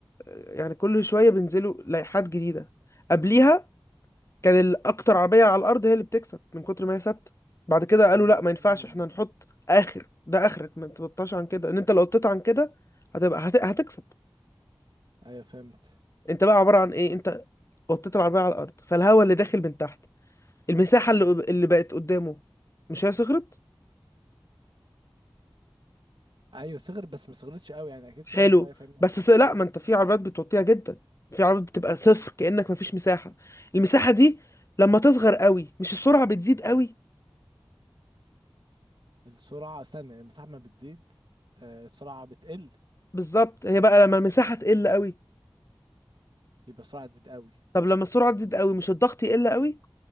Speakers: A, on the left (about 35°); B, on the right (about 75°).
A: آه، يعني كل شويه بينزلوا لائحات جديده قبليها كان الاكتر عربيه على الارض هي اللي بتكسب من كتر ما هي ثابته بعد كده قالوا
B: امم
A: لا ما ينفعش احنا نحط اخر ده اخرك ما تبطاش عن كده ان انت لو قطيت عن كده هتبقى هت... هتكسب
B: ايوه فهمت
A: انت بقى عباره عن ايه انت وطيت العربيه على الارض فالهواء اللي داخل من تحت المساحه اللي اللي بقت قدامه مش هي صغرت
B: ايوه صغر بس ما صغرتش قوي يعني اكيد
A: حلو
B: صغرت شويه فاهم يعني
A: بس س... لا ما انت في عربيات بتوطيها جدا في عربيات بتبقى صفر كانك ما فيش مساحه المساحه دي لما تصغر قوي مش السرعه بتزيد قوي
B: السرعه استنى المساحه ما بتزيد آه، السرعه بتقل
A: بالظبط هي بقى لما المساحه تقل قوي
B: يبقى السرعه تزيد قوي
A: طب لما السرعه تزيد قوي مش الضغط يقل قوي